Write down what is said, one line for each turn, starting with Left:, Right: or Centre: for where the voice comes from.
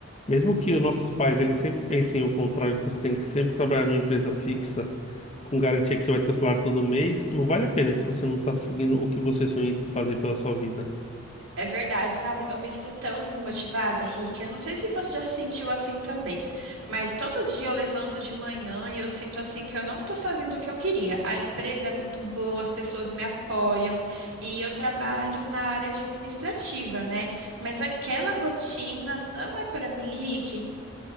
Left: mesmo que os nossos pais eles sempre pensem o contrário, que você tem que sempre trabalhar numa empresa fixa com garantia que você vai ter salário todo mês, não vale a pena se você não está seguindo o que você sonha em fazer pela sua vida.
Right: É verdade, sabe? Eu me sinto tão desmotivada, Rick. Eu não sei se você já se sentiu assim também, mas todo dia eu levanto de manhã e eu sinto assim que eu não tô fazendo o que eu queria. A empresa é muito boa, as pessoas me apoiam e eu trabalho na área administrativa, né? Mas aquela rotina não é pra mim, Rick.